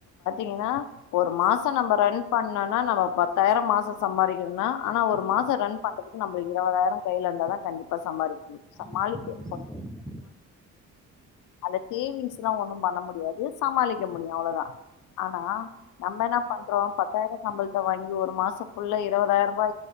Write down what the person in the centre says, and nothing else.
ஆமா ரொம்ப சோம்பேறி